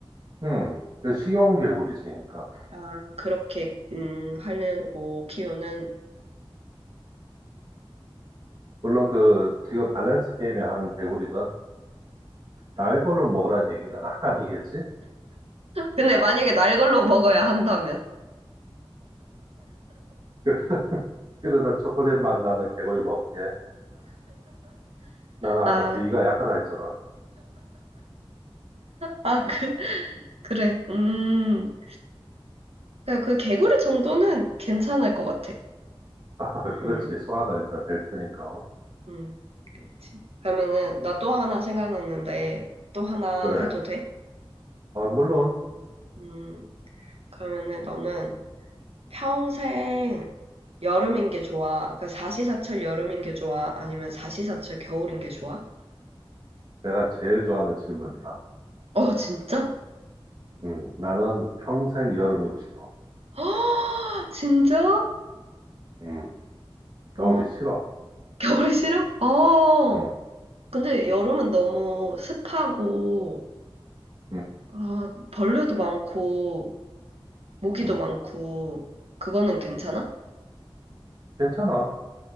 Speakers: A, on the right; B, on the right.
A: 음, 그 식용 개구리지, 그러니까.
B: 아, 그렇게, 음, 하려고 키우는.
A: 물론 그 지금 밸런스 게임에 하는 개구리는 날 걸로 먹으라는 얘기는 <laughs> 아니겠지?
B: 근데 만약에 날 걸로 먹어야 한다면.
A: 그- 그러면 초콜릿 맛 나는 개구리 먹게. 나는 아까
B: 아,
A: 비위가 약하다 했잖아.
B: 아, 그, 그래. 음, 그그 개구리 정도는 괜찮을 것 같아.
A: <laughs>
B: 음,
A: 그렇지. 소화는 일단 될 테니까.
B: 음, 그렇지. 그러면은, 나 또 하나 생각났는데, 또 하나
A: 그래.
B: 해도 돼?
A: 아, 물론
B: 음, 그러면은 너는, 평생 여름인 게 좋아? 그러니까 사시사철 여름인 게 좋아? 아니면 사시사철 겨울인 게 좋아?
A: 내가 제일 좋아하는 질문이다.
B: 어, 진짜?
A: 음, 나는 평생 여름이고 싶어.
B: <gasps> 허어어어 진짜?
A: 음, 겨울이
B: 어,
A: 싫어.
B: 겨울이 싫어? 어.
A: 음,
B: 근데 여름은 너무 습하고,
A: 음,
B: 아, 벌레도 많고, 모기도
A: 음.
B: 많고, 그거는 괜찮아?
A: 음. 괜찮아.